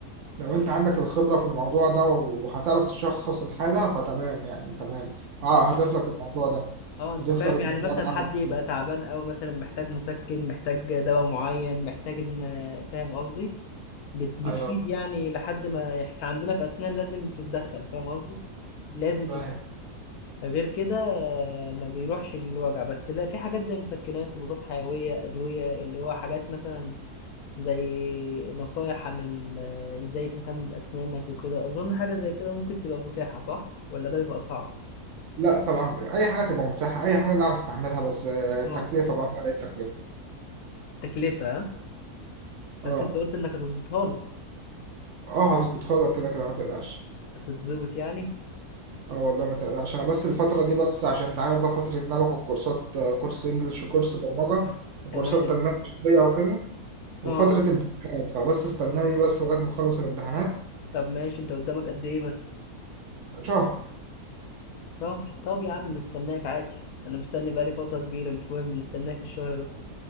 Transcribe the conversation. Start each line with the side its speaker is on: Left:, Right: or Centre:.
Right: لو انت عندك الخبرة في الموضوع ده وهتعرف تشخص الحالة فتمام يعني تمام اه
Left: انت
Right: هضيف لك الموضوع ده
Left: اه انت
Right: هضيف
Left: فاهم
Right: لك
Left: يعني
Right: الموضوع
Left: مثلا
Right: ده
Left: حد
Right: على الوصول.
Left: يبقى تعبان قوي مثلا محتاج مسكن محتاج دواء معين محتاج ان فاهم قصدي بت... بتفيد
Right: ايوه
Left: يعني لحد ما احنا عندنا في اسنان لازم تتدخل فاهم قصدي لازم
Right: فاهم
Left: تتدخل غير كده آه، ما بيروحش الوجع بس لا في حاجات زي مسكنات مضادات حيوية ادوية اللي هو حاجات مثلا زي نصايح عن ال... ازاي تهتم باسنانك وكده اظن حاجة زي كده ممكن تبقى متاحة صح ولا ده بيبقى صعب
Right: لا طبعا اي حاجة تبقى متاحة اي حاجة نعرف نعملها بس آه، تكلفة
Left: اه
Right: بقى فرق التكلفة
Left: تكلفة ها؟
Right: اه
Left: بس انت قلت انك هتظبطها لي
Right: اه هظبطها لك كده كده ما تقلقش
Left: هتتظبط يعني
Right: اه والله ما تقلقش انا بس الفترة دي بس عشان انت عارف بقى فترة ان انا باخد كورسات آه، كورس انجلش وكورس برمجة وكورسات
Left: تمام
Right: تنمية بشرية وكده وفترة
Left: اه
Right: امتحانات فبس استناني بس لغاية ما اخلص الامتحانات
Left: طب ماشي انت قدامك قد ايه مثلا
Right: شهر
Left: شهر طب يا عم نستناك عادي انا مستني بقالي فترة كبيرة مش مهم نستناك الشهر ده